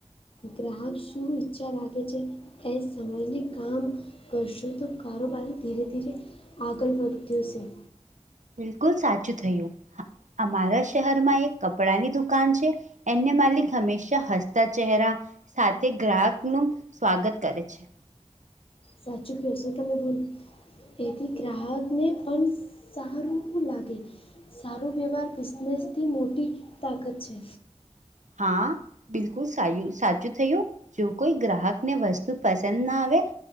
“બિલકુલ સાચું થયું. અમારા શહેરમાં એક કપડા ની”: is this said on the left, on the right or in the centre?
Right